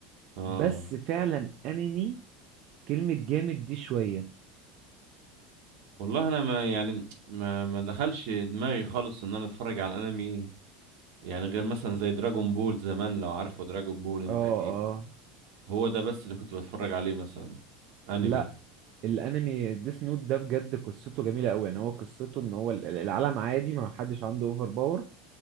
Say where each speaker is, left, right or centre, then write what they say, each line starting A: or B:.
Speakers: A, on the right; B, on the right.
A: اه
B: بس فعلا انمي كلمه جامد دي شويه
A: والله انا ما يعني ما ما دخلش دماغي خالص ان انا اتفرج على الانمي يعني غير مثلا زي دراجون بول زمان لو عارفه دراجون بول انت
B: اه
A: اكيد
B: اه
A: هو ده بس اللي كنت بتفرج عليه مثلا انمي
B: لا الانمي ديس نوت ده بجد قصته جميله قوي يعني هو قصته ان هو ال- العالم عادي ما حدش عنده اوفر باور